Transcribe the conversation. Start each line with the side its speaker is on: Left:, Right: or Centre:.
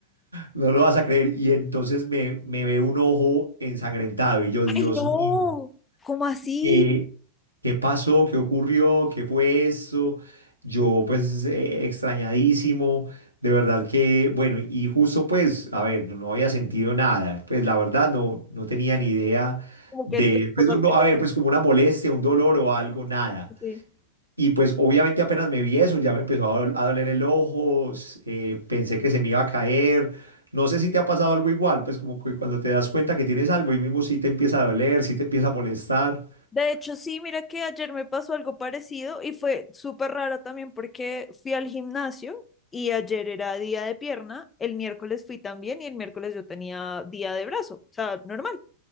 Right: No lo vas a creer. Y entonces me, me ve un ojo ensangrentado y yo, Dios
Left: ¡Ay, no!
Right: mío,
Left: ¿Cómo así?
Right: eh, ¿qué pasó? ¿Qué ocurrió? ¿Qué fue esto? Yo pues eh, extrañadísimo, de verdad que, bueno, y justo pues, a ver, no había sentido nada, pues la verdad no, no tenía ni idea
Left: Como
Right: de,
Left: que tu esposa
Right: pues no,
Left: te-
Right: no, a ver, pues como una molestia, un dolor o algo, nada.
Left: sí.
Right: Y pues obviamente apenas me vi eso, ya me empezó a dol- a doler el ojo, s- eh, pensé que se me iba a caer. No sé si te ha pasado algo igual, pues como que cuando te das cuenta que tienes algo y mismo sí te empieza a doler, sí te empieza a molestar.
Left: De hecho, sí, mira que ayer me pasó algo parecido y fue súper raro también porque fui al gimnasio y ayer era día de pierna, el miércoles fui también y el miércoles yo tenía día de brazo, o sea, normal.